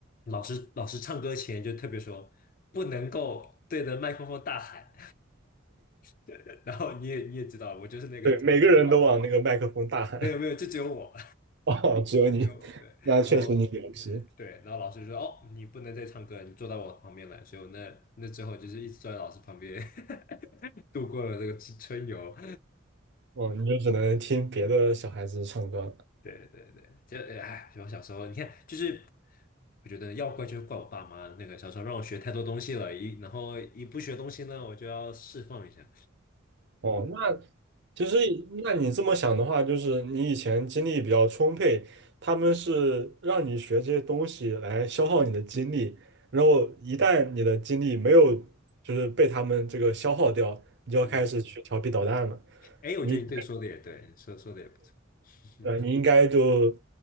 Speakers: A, on the left; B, on the right.
A: 老师老师唱歌前就特别说，不能够对着麦克风大喊，<laughs> 然后你也你也知道，我就是那个，
B: 对，每个人都往那个麦克风大喊，
A: 啊没有没有，就只有我，
B: <laughs> 哦，只有你，
A: <laughs> 只有我对，
B: 那确实你牛皮。
A: 然后对，然后老师就说：“哦，你不能再唱歌了你坐到我旁边来。”所以我那那之后就是一直坐在老师旁边 <laughs> 度过了这个春春游。
B: 哦，你就只能听别的小孩子唱歌。
A: 对对对，就哎，我小时候你看，就是我觉得要怪就怪我爸妈那个小时候让我学太多东西了，一然后一不学东西呢，我就要释放一下。
B: 哦，那其实那你这么想的话，就是你以前精力比较充沛，他们是让你学这些东西来消耗你的精力，然后一旦你的精力没有就是被他们这个消耗掉，你就要开始去调皮捣蛋了。
A: 嗯，哎，
B: 你。
A: 我觉得你这个说的也对，说说的也不错。<laughs>
B: 对，你应该就